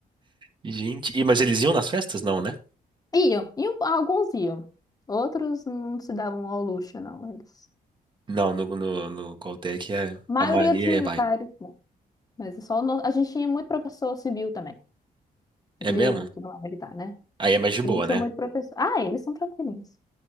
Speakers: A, on the right; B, on the left.
A: Gente. E, mas eles iam nas festas? Não, né?
B: Iam, iam, alguns iam. Outros não se davam ao luxo, não. Eles...
A: Não, no, no, no Coltec é,
B: A maioria
A: a Maria
B: dos militares,
A: é, vai.
B: não. Mas só no- a gente tinha muito professor civil também. Civil,
A: É mesmo?
B: que não é militar, né?
A: Aí é mais de boa,
B: A gente
A: né?
B: tinha muito professor. Ah, eles são tranquilinhos.